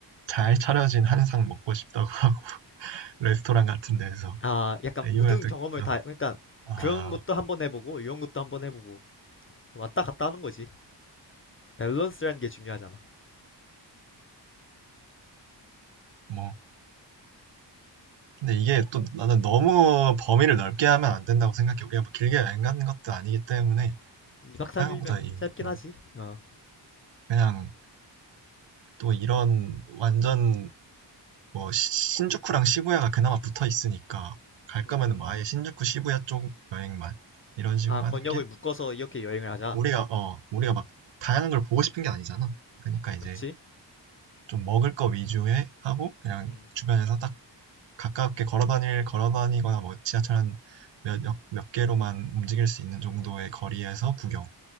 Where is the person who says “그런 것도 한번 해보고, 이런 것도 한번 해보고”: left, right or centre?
Left